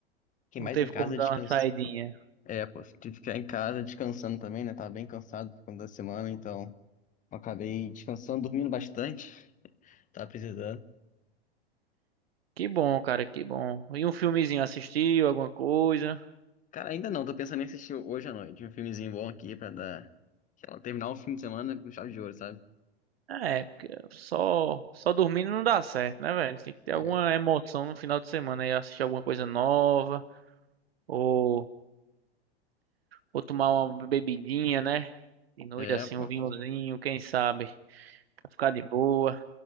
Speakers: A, on the left; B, on the right.
A: quem
B: Não
A: mais
B: teve
A: em casa
B: como dar
A: descansa.
B: uma saidinha.
A: É, pô, tive que ficar em casa descansando também, né? Tava bem cansado por conta da semana, então eu acabei descansando, dormindo bastante. <laughs> Tava precisando.
B: Que bom, cara, que bom. E um filmezinho assistiu, alguma coisa?
A: Cara, ainda não, tô pensando em assistir hoje à noite um filmezinho bom aqui pra dar, sei lá, terminar o fim de semana com chave de ouro, sabe?
B: É, porque só, só dormindo não dá certo, né, velho? Tem que ter
A: É,
B: alguma emoção no final de semana aí, assistir alguma coisa nova. Ou Ou tomar uma bebidinha, né? De noite
A: é,
B: assim,
A: pô.
B: um vinhozinho, quem sabe? Pra ficar de boa.